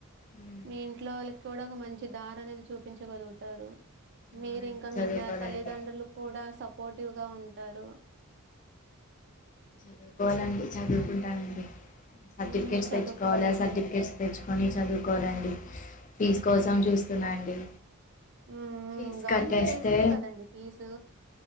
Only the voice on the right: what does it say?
మీ ఇంట్లో వాళ్ళ కూడా ఒక మంచి దారి అనేది చూపించగలుగుతారు. మీరింకా
మీ తల్లిదండ్రులు కూడా సపోర్టివ్ గా ఉంటారు.
హ్మ్. చదువుకోండి
ఉమ్
గవర్నమెంట్
వేసిద్ది కదండి ఫీజు